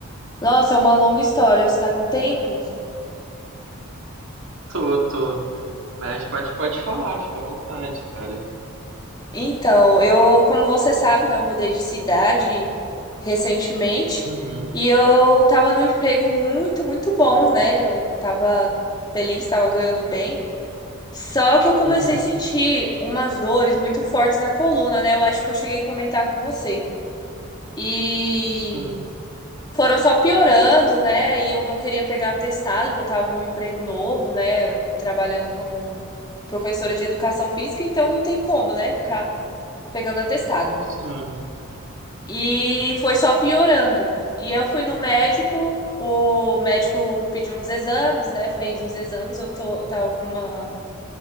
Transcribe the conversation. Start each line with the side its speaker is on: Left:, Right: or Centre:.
Left: Nossa, é uma longa história, você tá com tempo?
Right: Tô, tô. Mas pode, pode falar, fica à vontade, cara.
Left: Então, eu, como você sabe, né, eu mudei de cidade recentemente
Right: Uhum,
Left: e eu tava num emprego muito, muito bom, né? Eu tava feliz, tava ganhando bem. Só que eu comecei
Right: uhum,
Left: a sentir umas dores muito fortes na coluna, né? Eu acho que eu cheguei a comentar com você. E
Right: sim,
Left: foram só piorando, né? E eu não queria pegar atestado, que eu tava num emprego novo, né? Trabalhando como professora de educação física, então não tem como, né? Ficar pegando atestado.
Right: sim.
Left: E foi só piorando. E eu fui no médico, o médico pediu uns exames, né? Fez uns exames, eu tô, tava com uma,